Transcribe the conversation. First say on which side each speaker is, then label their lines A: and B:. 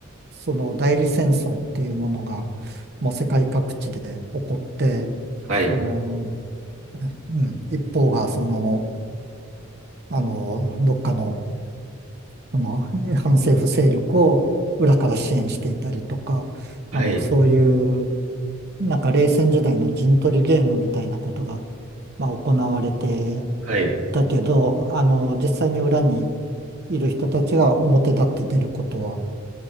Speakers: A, on the right; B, on the right.
A: その代理戦争っていうものが、もう世界各地で起こって、
B: はい、
A: あの、うん、一方がその、あの、どっかの、その反政府勢力を裏から支援していたりとか、
B: はい、
A: あの、そういう、なんか冷戦時代の陣取りゲームみたいなことが、まあ、行われて
B: はい。
A: たけど、あの、実際に裏にいる人たちが表立って出ることは